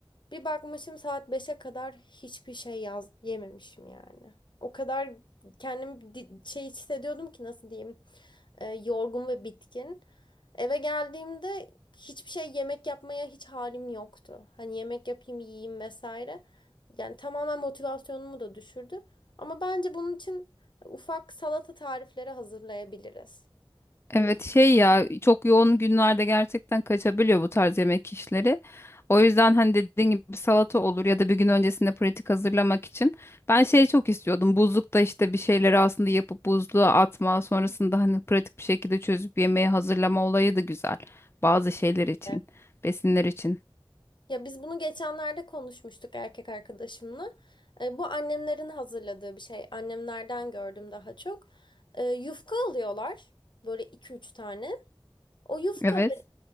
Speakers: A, on the left; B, on the left.
A: bir bakmışım saat beşe kadar hiçbir şey yaz yememişim yani. O kadar kendimi di- şey hissediyordum ki nasıl diyeyim e, yorgun ve bitkin. Eve geldiğimde hiçbir şey yemek yapmaya hiç halim yoktu. Hani yemek yapayım yiyeyim vesaire. Yani tamamen motivasyonumu da düşürdü. Ama bence bunun için Ufak salata tarifleri hazırlayabiliriz.
B: Evet
A: Hani
B: şey ya çok yoğun günlerde gerçekten kaçabiliyor bu tarz yemek işleri. O yüzden hani dediğin gibi bir salata olur ya da bir gün öncesinde pratik hazırlamak için. Ben şey çok istiyordum. Buzlukta işte bir şeyleri aslında yapıp buzluğa atma, sonrasında hani pratik bir şekilde çözüp yemeği hazırlama olayı da güzel. Bazı şeyler için,
A: Evet.
B: besinler için.
A: Ya biz bunu geçenlerde konuşmuştuk erkek arkadaşımla. E, bu annemlerin hazırladığı bir şey. Annemlerden gördüm daha çok. E, yufka alıyorlar. Böyle iki üç tane. O yufka
B: Evet.